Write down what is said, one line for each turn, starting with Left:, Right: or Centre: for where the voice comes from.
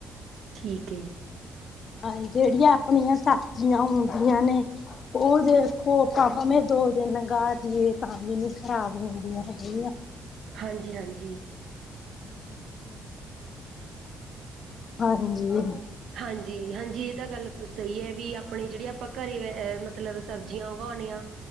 Right: ਠੀਕ ਐ ਜੀ।
Left: ਹਾਂ ਜੇੜੀਆਂ ਆਪਣੀਆਂ ਸਬਜ਼ੀਆਂ ਹੁੰਦੀਆਂ ਨੇ ਓ ਦੇਖੋ ਪਾਪਾ ਮੇ ਦੋ ਦਿਨ ਲੰਗਾ ਦੀਏ ਤਾਂ ਵੀ ਨੀ ਖਰਾਬ ਹੁੰਦੀਆਂ ਹੈਗੀਆ।
Right: ਹਾਂਜੀ-ਹਾਂਜੀ।
Left: ਹਾਂ। ਆਹੋ ਜੀ!
Right: ਹਾਂਜੀ-ਹਾਂਜੀ ਏ ਤਾਂ ਗੱਲ ਸਈ ਐ ਵੀ ਆਪਣੇ ਜੇੜੇ ਆਪਾਂ ਘਰੇ ਅ ਮਤਲਬ ਸਬਜ਼ੀਆਂ ਉਗਾਉਣੇ ਆ